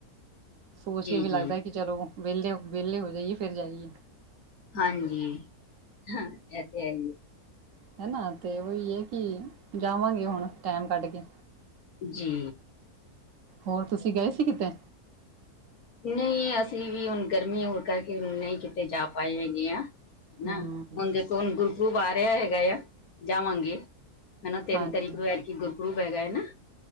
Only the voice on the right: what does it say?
ਸੋਚ
ਕੇ ਵੀ ਲੱਗਦਾ ਕਿ ਚਲੋ ਵਿਹਲੇ ਹੋ। ਵਿਹਲੇ ਹੋ ਜਾਈਏ ਫਿਰ ਜਾਈਏ।
ਹਨਾ ਤੇ ਉਹੀ ਹੈ ਕਿ ਜਾਵਾਂਗੇ ਹੁਣ ਟੈਮ ਕੱਢ ਕੇ।
ਹੋਰ ਤੁਸੀਂ ਗਏ ਸੀ ਕਿਤੇ?
ਹਮ
ਹਾਂਜੀ